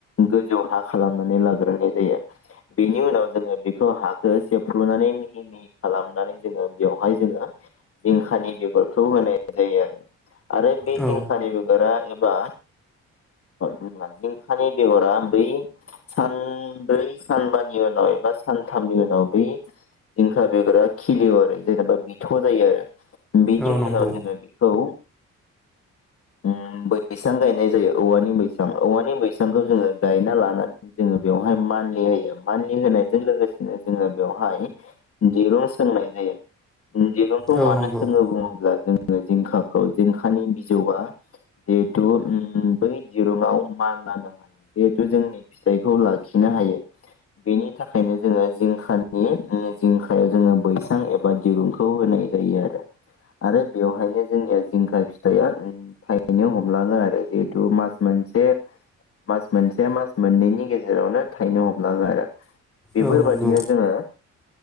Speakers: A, on the left (about 50°); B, in the centre.
A: गोजौ हा खालामनानै लाग्रोनाय जायो बेनि उनाव जोंङो बेखौ हाखौ सेबफ्रुनानै मिहि मिहि खालामनानै जोंङो बेवहाय जोंङो जिंखानि बेगरखौ होनाय जायो आरो। आरो बे
B: औ
A: जिंखानि बेगरा बा जिंखानि बेगरा बै सानब्रै सानबानि उनाव एबा सानथामनि उनाव बै जिंखा बेगरा खिलिवो आरो जेनेबा बिथ' जायो आरो। बेनि
B: औ
A: उनाव
B: नंगौ
A: जोंङो बेखौ उम बैसां गायनाय जायो औवानि बैसां औवानि बैसांखौ जोंङो गायना लानानै जोंङो बेवहाय मान्थलि होयो मान्थलि होनायजों लोगोसेनो जोंङो बेवहाय दिरुं सोंनाय जायोव उम दिरुंखौ
B: औ
A: मानो
B: नंगौ
A: सोंङो बुंङोब्ला जों यो जिंखाखौ जिंखानि बिजौआ जिहेथु उम बै दिरुंआव मान लानो हायो। जिहेथु जोंनि फिथाइखौ लाखिनो हायो बेनि थाखायनो जोंङो जिंखानि जिंखायाव जोंङो बैसां एबा दिरुंखौ होनाय जायो आरो आरो बेवहायनो जोंनिया जिंखा फिथाइया थायैनो हमलांङो आरो जिहेतु मास मोनसे मास मोनसे मास मोननैनि गेजेरावनो थायनो हमलांङो आरो। बेफोरबायादिनो
B: औ नंगौ
A: जोंङो